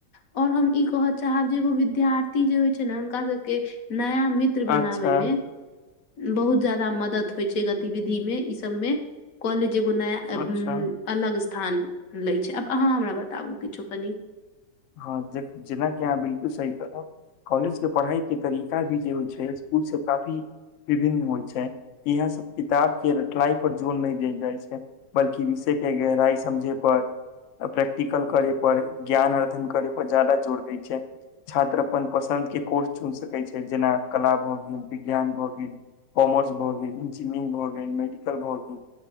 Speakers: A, on the left; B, on the left.
A: आओर हम ई कहय चाहब जे एगो विद्यार्थी जे होइ छै ने हुनका सबके नया मित्र बनाबे
B: अच्छा
A: मे बहुत जायदा मदद होइ छै गतिविधि मे ई सब मे कॉलेज एगो नया
B: अच्छा
A: अलग स्थान लै छै आब अहाँ हमरा बताबू किछो कनि
B: हँ जे जेना कहाँ बिलकुल सही कहलौ कॉलेजके पढ़ाइ के तरीका भी जे होइ छै स्कुल से काफी विभिन्न होइ छै इहा सब किताब के रटलाइ पर जोर नहि देल जाइ छै बल्कि विषय के गहराइ समझे पर प्रैक्टिकल करे पर ज्ञान कर पर जादा जोर दै छै छात्र अपन पसन्द के कोर्स चुन सकैत छै जेना कला भऽ गेल विज्ञान भए गेल कॉमर्स भऽ गेल इंजीनियरिंग भऽ गेल मेडिकल भऽ गेल